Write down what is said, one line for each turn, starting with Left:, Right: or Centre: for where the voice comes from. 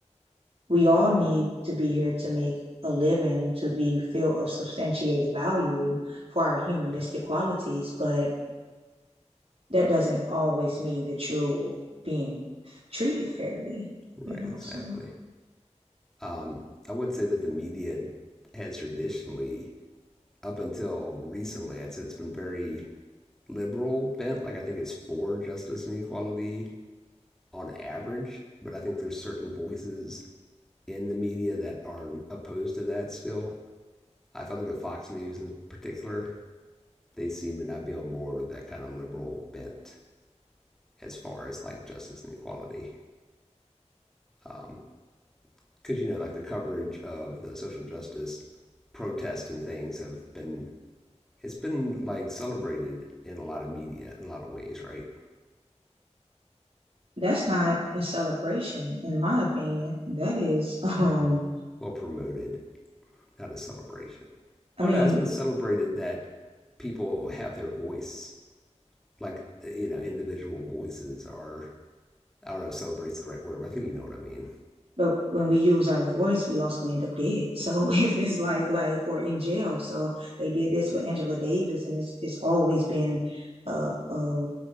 Right: we all need to be here to make a living, to be filled of substantiated value for our humanistic
Centre: right,
Right: qualities. But that doesn't always mean that you're being treated fairly,
Centre: right,
Right: you know?
Centre: exactly.
Right: So
Centre: Um, I would say that the media has traditionally, up until recently, I'd say it's been very liberal bent. Like I think it's for justice and equality on average, but I think there's certain voices in the media that are opposed to that still. If I look at Fox News in particular, they seem to not be on board with that kind of liberal bent as far as like justice and equality. Um, Because, you know, like the coverage of the social justice protests and things have been, it's been like celebrated in a lot of media in a lot of ways, right?
Right: that's not a celebration, in my opinion. That is, <laughs> um,
Centre: Well promoted, not a celebration. Well,
Right: I mean,
Centre: no, it's been celebrated that people have their voice like you know individual voices are I don't know if celebrates the right word, but I think you know what I mean.
Right: but when we use our voice we also end up dead so <laughs> it's, it's like like or in jail so they did this with angela davis and it's it's always been a. uh